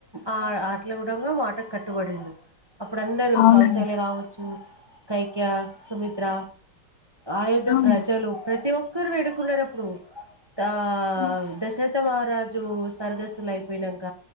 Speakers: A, on the right (about 15°); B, on the left (about 75°).
A: ఆ అట్ల కూడంగా మాటకు కట్టుబడిండు అప్పుడు అందరూ
B: అవునండి
A: కౌసల్య కావ కైక్య, సుమిత్ర అయోధ్య
B: అవును
A: ప్రజలు ప్రతి ఒ అందరు వేడుకున్నారు అప్పుడు దా
B: ఉమ్,
A: దశరత మ రాజు స్వర్గస్తులు అయిపోయినంక